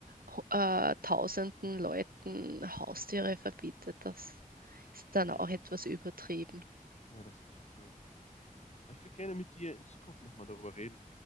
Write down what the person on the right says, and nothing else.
ho- äh, tausenden Leuten Haustiere verbietet, das ist dann
auch etwas übertrieben.